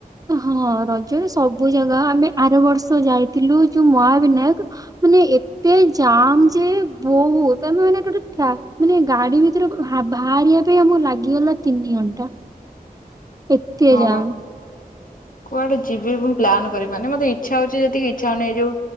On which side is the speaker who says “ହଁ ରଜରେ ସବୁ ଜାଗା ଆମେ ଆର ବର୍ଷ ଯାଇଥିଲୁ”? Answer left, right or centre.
Right